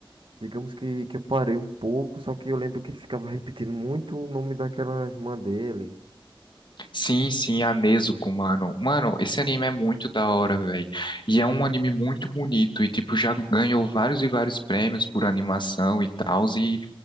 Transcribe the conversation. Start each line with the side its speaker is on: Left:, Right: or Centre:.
Right: digamos que, que eu parei um pouco, só que eu lembro que ele ficava repetindo muito o nome daquela irmã dele.
Left: Sim, sim, a Nezuko, mano. Mano, esse anime é muito da hora, velho. E é um anime muito bonito. E, tipo, já ganhou vários e vários prêmios por animação e tal. E